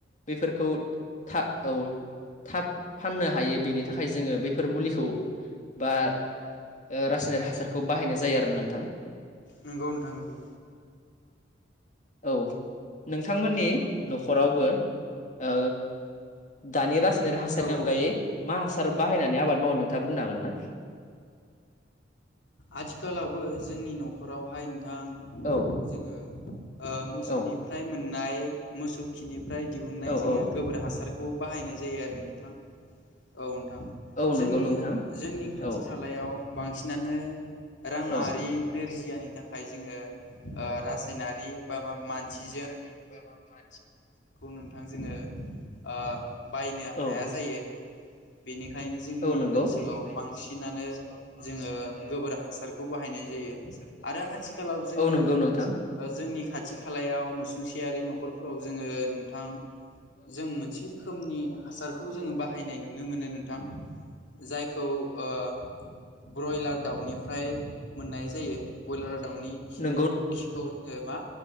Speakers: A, on the left; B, on the left.
A: बेफोरखौ था औ थाब फाननो हायो बेनि थाखाय जोङो बैफोर मुलिखौ बा ओ रासायनारि हासारखौ बाहायनाय जायो आरो नोंथां।
B: नंगौ नोंथां नंगौ
A: औ नोंथांमोननि न'खरावबो ओ दानि रासायनारि हासारनि
B: औ
A: अनगायै
B: औ
A: मा हासार हासार बाहायनानै आबाद मावनो नोंथाङा बुंनो हागोन ना?
B: आथिखालावबो जोंनि न'खरावहाय नोंथां
A: औ
B: जोङो ओ मोसौनिफ्राय
A: औ
B: मोननाय मोसौ खिनिफ्राय दिहुननाय
A: औ
B: जोङो
A: औ
B: गोबोर हासारखौ बाहायनाय जायो आरो नोंथां औ नोंथां।
A: आरो औ
B: जोंनि
A: नंगौ नोंथां
B: जोंनि खाथि
A: औ
B: खालायाव बांसिनानो राङारि
A: औ
B: नोरजियानि थाखाय जोङो ओ रासायनारि बा मा मानसि
A: रासायनारि बाबा मा
B: नोंथां जोङो ओ बायनो
A: औ
B: हाया जायो बेनिखायनो जोंनि
A: औ औ नंगौ
B: ओनसोलाव
A: बेनिखायनो
B: बांसिनानो
A: जोंनि ओनसोलाव बांसिनानो
B: जोङो गोबोर हासारखौ बाहायनाय
A: गोबोर
B: जायो
A: हासारखौ
B: आरो
A: बाहायनाय
B: आथिखालाव
A: जायो
B: जोङो
A: औ नंगौ नोंथां
B: ओ जोंनि खाथि नुसुंसेयारि न'खरफोराव जों जोङो नोंथां जों मोनसे रोखोमनि हासारखौ जोङो बाहायनाय नुनो मोनो नोंथां। जायखौ ओ ब्रयलार दाउ दाउनिफ्राय मोननाय जायो ब्रयलार
A: जायो
B: दाउनि खिनि खिखौ जोङो मा